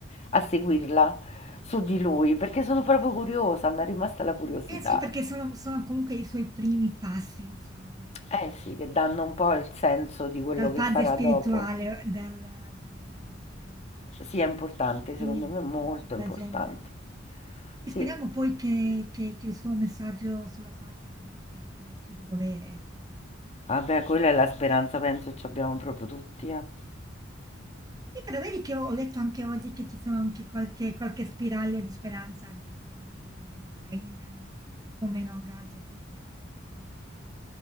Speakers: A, on the left; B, on the right.
A: a seguirla su di lui perché sono proprio curiosa, mi è rimasta la curiosità.
B: Eh sì, perché sono sono comunque i suoi primi passi, diciamo, no,
A: Eh
B: dal
A: sì, che danno un po' il senso di quello
B: dal
A: che
B: padre
A: farà
B: spirituale,
A: dopo.
B: dal del della chiesa, no,
A: Sì, è importante,
B: cioè di tutti
A: secondo me è molto
B: cioè della
A: importante.
B: gente. Sì,
A: Sì.
B: speriamo poi che che che il suo messaggio sulla pace veramente arrivi a chi di dovere, ecco, e
A: Vabbè, quella è la speranza, penso, ce abbiamo proprio tutti, eh.
B: Sì, però vedi che ho letto anche oggi che ci sono anche qualche, qualche spiraglio di speranza anche per la, per la guerra in Ucraina, un po' meno a Gaza purtroppo, però, eh,